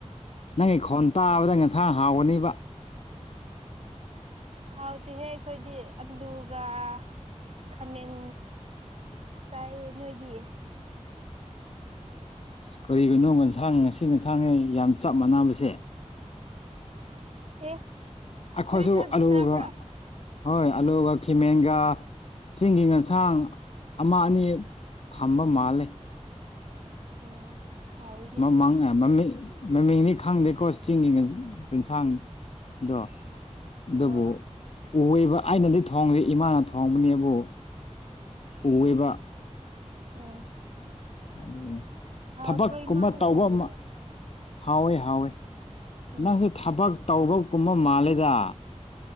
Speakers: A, on the left; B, on the right.
A: ꯅꯪꯒꯤ ꯈꯣꯟ ꯇꯥꯕꯗ ꯉꯁꯥꯡ ꯍꯥꯎꯒꯅꯤꯕ ꯎꯝ
B: ꯍꯥꯎꯇꯤꯍꯦ ꯑꯩꯈꯣꯏꯗꯤ ꯑꯂꯨꯒ ꯈꯥꯃꯦꯟ ꯆꯥꯏꯌꯦ ꯅꯣꯏꯗꯤ
A: ꯀꯔꯤꯒꯤꯅꯣ ꯉꯟꯁꯥꯡ ꯉꯁꯤ ꯉꯟꯁꯥꯡꯉꯩ ꯌꯥꯝ ꯆꯞ ꯃꯥꯟꯅꯕꯁꯦ
B: ꯑꯦ
A: ꯑꯩꯈꯣꯏꯁꯨ
B: ꯅꯣꯏꯁꯨ ꯑꯗꯨ
A: ꯑꯂꯨꯒ
B: ꯆꯥꯕ꯭ꯔꯥ
A: ꯍꯣꯏ ꯑꯂꯨꯒ ꯈꯦꯃꯦꯟꯒ ꯆꯤꯡꯒꯤ ꯉꯟꯁꯥꯡ ꯑꯃ ꯑꯅꯤ ꯊꯝꯕ ꯃꯥꯜꯂꯦ
B: ꯑꯣ ꯍꯥꯎꯋꯤꯅꯦ
A: ꯃ
B: ꯑꯗꯨꯗꯤ
A: ꯃꯪꯉꯦ ꯃꯃꯤꯡ ꯃꯃꯤꯡꯅꯤ ꯈꯪꯗꯦꯀꯣ ꯆꯤꯡꯒꯤ ꯀꯤꯟꯁꯥꯡꯗꯣ ꯑꯗꯨꯕꯨ
B: ꯑꯣ
A: ꯎꯋꯦꯕ ꯑꯩꯅꯗꯤ ꯊꯣꯡꯗꯦ ꯏꯃꯥꯅ ꯊꯣꯡꯕꯅꯦꯕꯨ ꯎꯋꯦꯕ
B: ꯑꯥ
A: ꯑꯗꯨꯅꯤ
B: ꯍꯥꯎꯇ꯭ꯔꯣ
A: ꯊꯕꯛꯀꯨꯝꯕ
B: ꯏꯃꯥꯅ
A: ꯇꯧꯕ
B: ꯊꯣꯡꯕꯗꯣ
A: ꯑꯃ ꯍꯥꯎꯋꯦ ꯍꯥꯎꯋꯦ
B: ꯎꯝ
A: ꯅꯪꯁꯨ ꯊꯕꯛ ꯇꯧꯕꯀꯨꯝꯕ ꯃꯥꯜꯂꯦꯗ